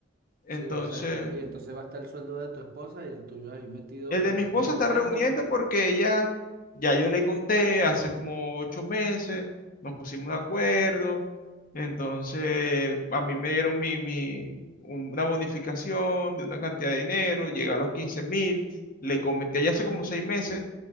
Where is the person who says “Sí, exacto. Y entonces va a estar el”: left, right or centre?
Right